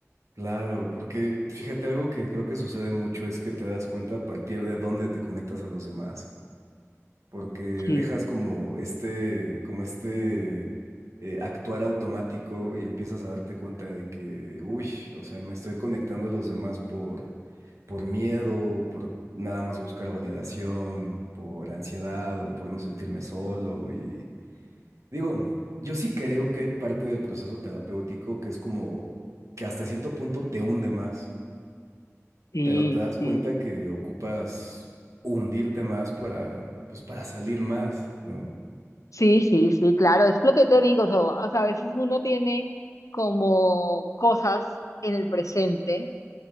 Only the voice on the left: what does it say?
Sí,
sí,
sí.
Sí, sí, sí, claro, es lo que te digo, o sea, o sea, a veces uno tiene como cosas en el presente